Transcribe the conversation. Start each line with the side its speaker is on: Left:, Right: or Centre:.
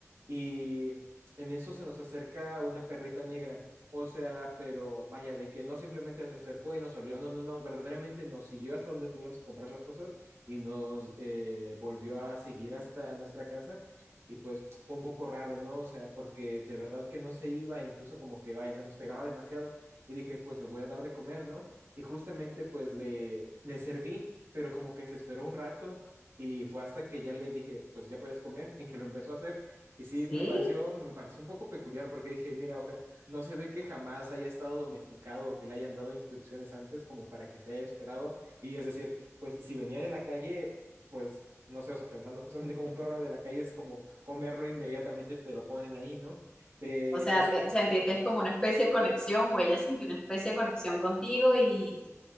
Right: y en eso se nos acerca una perrita negra, o sea, pero vaya, de que no simplemente se acercó y nos olió, no, no, no, verdaderamente nos siguió hasta donde teníamos que comprar las cosas y nos eh, volvió a seguir hasta nuestra casa. Y pues fue un poco raro, ¿no? O sea, porque de verdad que no se iba, e incluso como que vaya, se nos pegaba demasiado. Y dije, pues le voy a dar de comer, ¿no? Y justamente pues le, le serví, pero como que se esperó un rato y fue hasta que ya le dije, pues ya puedes comer, en que lo empezó a hacer. Y sí,
Left: Sí,
Right: me pareció, me pareció un poco peculiar porque dije, mira, o sea, no se ve que jamás haya estado domesticado o que le hayan dado instrucciones antes como para que se haya esperado. Y es decir, pues si venía de la calle, pues, no sé, o sea, pensando justamente como un perro de la calle es como comerlo inmediatamente, te lo ponen ahí, ¿no? Pero
Left: o sea,
Right: sí,
Left: te, sentiste como una especie de conexión o ella sintió una especie de conexión contigo y,